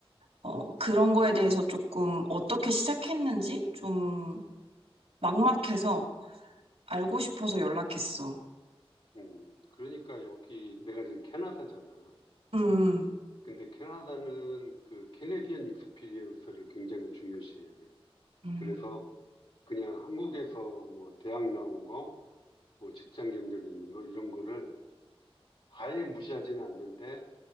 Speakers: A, on the right (about 85°); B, on the left (about 65°).
A: 어, 그런 거에 대해서 조금 어떻게 시작했는지 좀 막막해서 알고 싶어서 연락했어.
B: 음. 그러니까 여기 내가 지금 캐나다잖아.
A: 음,
B: 근데 캐나다는 그 캐네디언 익스피리언스를 굉장히 중요시해.
A: 음,
B: 그래서 그냥 한국에서 뭐 대학 나온 거, 뭐 직장 경력 있는 거 이런 거를 아예 무시하지는 않는데